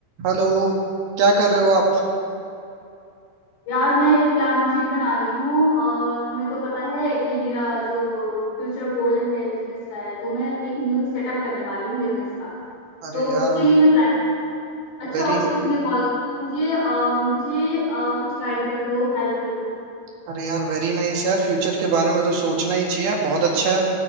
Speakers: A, on the right (about 65°); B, on the left (about 90°).
A: Hello क्या कर रहे हो आप
B: यार मैं एक प्लान शीट बना रही हूँ और तुम्हें तो पता है कि मेरा जो फ्यूचर गोल है बिजनेस का है तो मैं एक न्यू सेटअप करने वाली हूँ बिजनेस का
A: अरे
B: तो
A: यार
B: उसके लिए मैं प्लानिंग अच्छा
A: वेरी
B: हुआ कि तुमने कॉल किया मुझे अ, मुझे अ, कुछ गाइड कर दो हेल्प कर दो
A: अरे यार वेरी नाइस यार फ्यूचर के बारे में तो सोचना ही चाहिए बहुत अच्छा